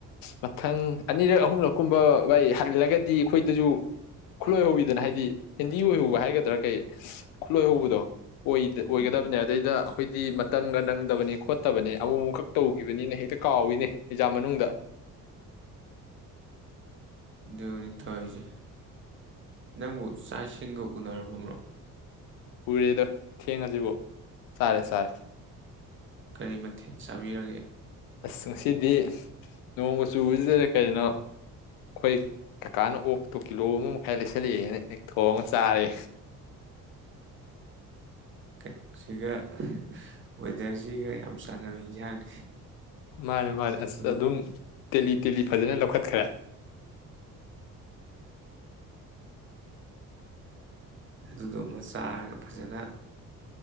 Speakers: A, on the left (about 50°); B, on the right (about 25°).
A: ꯃꯊꯪ ꯑꯅꯤꯔꯛ ꯑꯍꯨꯝꯂꯛꯀꯨꯝꯕ ꯏ ꯍꯜꯂꯒꯗꯤ ꯑꯩꯈꯣꯏꯗꯁꯨ ꯈꯨꯠꯂꯣꯏꯍꯧꯋꯤꯗꯅ ꯍꯥꯏꯗꯤ ꯍꯦꯟꯗꯤ ꯑꯣꯏꯍꯧꯕ ꯍꯥꯏꯒꯗꯥ ꯑꯗꯨꯗ꯭ꯔ ꯀꯩ ꯈꯨꯠꯂꯣꯏ ꯍꯧꯕꯗꯣ ꯑꯣꯏꯒꯗꯕꯅꯦ
B: ꯎꯝ
A: ꯑꯗꯩꯗ ꯑꯩꯈꯣꯏꯗꯤ ꯃꯇꯝꯒ ꯅꯪꯗꯕꯅꯦ ꯈꯣꯠꯇꯕꯅꯦ ꯑꯃ ꯑꯃꯈꯛ ꯇꯧꯈꯤꯕꯅꯤꯅ ꯍꯦꯛꯇ ꯀꯥꯎꯏꯅꯦ ꯑꯦꯛꯖꯥ ꯃꯅꯨꯡꯗ
B: ꯅꯤ ꯊꯣꯏꯁ ꯅꯪꯕꯨ ꯆꯥꯛ ꯏꯁꯤꯡꯒ ꯎꯅꯨꯔꯕꯣ
A: ꯎꯔꯦꯗꯣ ꯊꯦꯡꯉꯁꯤꯕꯣ ꯆꯥꯔꯦ ꯆꯥꯔꯦ
B: ꯀꯔꯤ ꯃꯊꯦꯜ ꯆꯥꯕꯤꯔꯒꯦ
A: ꯑꯁ ꯉꯁꯤꯗꯤ ꯅꯣꯡꯃ ꯆꯨꯕꯁꯤꯗꯗ ꯀꯩꯅꯣ ꯑꯩꯈꯣꯏ ꯀꯀꯥꯅ ꯑꯣꯛꯇꯣ ꯀꯤꯂꯣ ꯑꯃ ꯃꯈꯥꯏ ꯂꯩꯁꯜꯂꯛꯑꯦꯅ ꯍꯦꯛ ꯊꯣꯡꯉ ꯆꯥꯔꯦ
B: ꯀꯩꯅꯣ ꯁꯤꯒꯋꯦꯗꯔ ꯁꯤꯒ ꯌꯥꯝ ꯆꯥꯟꯅꯕ ꯌꯦꯟꯖꯥꯡꯅꯤ
A: ꯃꯥꯅꯦ ꯃꯥꯅꯦ
B: ꯑꯗꯨ
A: ꯑꯁ ꯑꯗꯨꯝ ꯇꯦꯂꯤ ꯇꯦꯂꯤ ꯐꯖꯅ ꯂꯧꯈꯠꯈ꯭ꯔꯦ
B: ꯑꯗꯨꯗꯨꯃ ꯆꯥꯔꯒ ꯐꯖꯅ